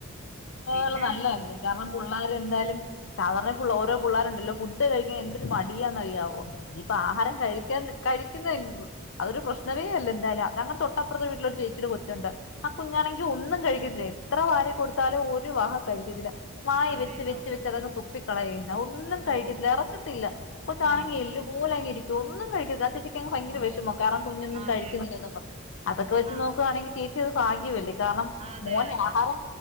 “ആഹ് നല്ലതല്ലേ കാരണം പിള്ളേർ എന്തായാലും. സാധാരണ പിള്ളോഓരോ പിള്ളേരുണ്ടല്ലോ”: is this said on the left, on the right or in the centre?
Left